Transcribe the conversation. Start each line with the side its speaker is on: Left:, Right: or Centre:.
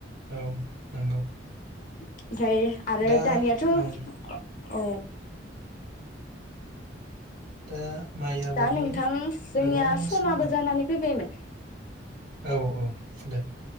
Right: औ नंगौ
Left: ओमफ्राय आरो
Right: दा
Left: दानियाथ'
Right: ओ‌
Left: औ।
Right: दा माइ आबादनि
Left: दा नोंथां जोंनिया
Right: गोबां
Left: समाबो
Right: सा
Left: जानानै फैबायमोन।
Right: औ औ दे